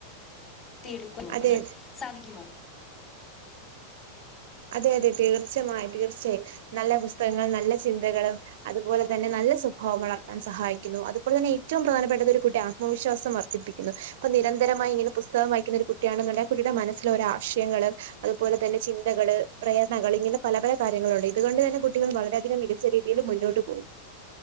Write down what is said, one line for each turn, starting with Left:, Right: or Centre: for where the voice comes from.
Left: വളർത്തി എടുക്കുന്നു
Right: അതെ
Left: സോറി സാധിക്കുമോ
Right: അതെ അതെ തീർച്ചമായും തീർച്ചയായും നല്ല പുസ്തകങ്ങൾ നല്ല ചിന്തകള് അതുപോലെ തന്നെ നല്ല സ്വഭാവം വളർത്താൻ സഹായിക്കുന്നു അതുപോലെ തന്നെ ഏറ്റവും പ്രധാനപ്പെട്ട ഒരു കുട്ടി അത് ആത്മവിശ്വാസം വർദ്ധിപ്പിക്കുന്നു ഇപ്പൊ നിരന്തരമായി ഇങ്ങനെ പുസ്തകം വായിക്കുന്ന ഒരു കുട്ടിയണെന്നുള്ള ആ കുട്ടിയുടെ മനസ്സിൽ ഓരോ ആശയങ്ങള് അതുപോലെ തന്നെ ചിന്തകൾ പ്രേരണകൾ ഇങ്ങനെ പല കാര്യങ്ങളുണ്ട് ഇതുകൊണ്ട് തന്നെ കുട്ടികൾ വളരെയധികം മികച്ച രീതിയിൽ രീതിയിൽ മുന്നോട്ട് പോകും